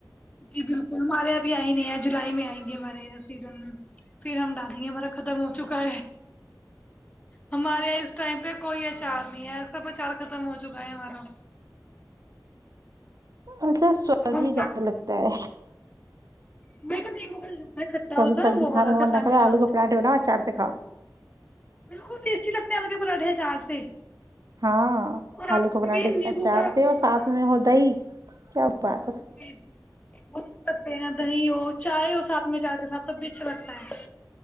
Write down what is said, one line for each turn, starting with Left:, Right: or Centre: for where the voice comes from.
Left: جی بالکل ہمارے ابھی آ ہی نہیں ہے جولائی میں آئیں گے ہمارے اھر سیزن میں پھر ہم ڈالیں گے ہما خم ہو چکا ہمارے یہ اس ٹائم پہ کوئی اچار نہیں ہے سب اچار ختم ہو چکا ہے ہمارا
Right: اک سواد
Left: اب ہم
Right: بھی زیادہ لگتا ہے
Left: ج <unintelligible> کھا
Right: کبھی
Left: ہوتا
Right: سبزی
Left: ہے نا وہا
Right: کھانے کا من
Left: کھٹا
Right: نہ کرے
Left: میٹھا
Right: آلو کے پراٹھے بناؤ اچار سے کھاؤ
Left: بالکل ٹیسٹی لگتا ہے م رٹے چار سے
Right: ہاں
Left: اور
Right: آلو
Left: آپ
Right: کو پراٹھے
Left: بھی نیمبو
Right: چاٹتے
Left: کا
Right: اور
Left: ہاں
Right: ساتھ میں ہو د ہی کیا بات ہے
Left: جی جی م پتے ہیں دی اور چائے اس ساتھ میں چائے کے ساتھ تو بیچ لگتا ہے